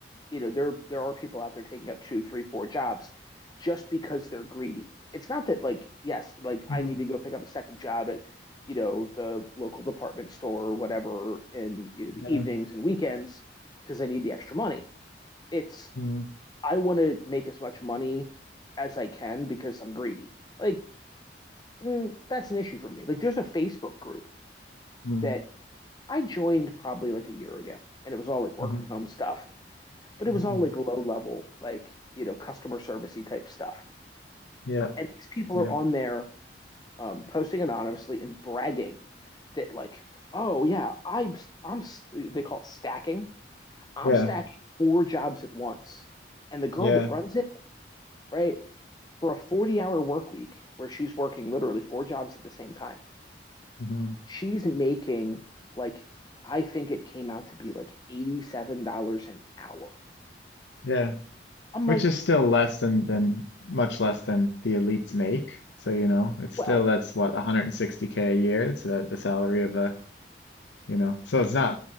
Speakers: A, on the left (about 20°); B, on the left (about 80°).
A: you know, there there are people out there taking up two, three, four jobs just because they're greedy. It's not that like, yes, like
B: Mm.
A: I need to go pick up a second job at, you know, the local department store or whatever in, you know, the
B: Yeah.
A: evenings and weekends because I need the extra money. It's
B: Mm.
A: I want to make as much money as I can because I'm greedy. Like, mm, that's an issue for me. Like, there's a Facebook group
B: Mm.
A: that I joined probably like a year ago, and it was all like work
B: hmm
A: from home stuff, but it
B: hmm
A: was all like low level, like, you know, customer servicey type stuff.
B: Yep.
A: And these people
B: Yep.
A: are on there um, posting anonymously and bragging that, like, oh, yeah, I'm, I'm, they call it stacking. I'm
B: Yeah.
A: stacking four jobs at once. And the girl
B: Yeah.
A: that runs it, right? for a 40 hour work week where she's working literally four jobs at the same time,
B: hmm
A: she's making like, I think it came out to be like $87 an hour.
B: Yeah.
A: I'm
B: which
A: like,
B: is still less than than much less than the elites make. So, you know, it's still
A: well,
B: that's what 160K a year. It's the, the salary of a, you know, so it's not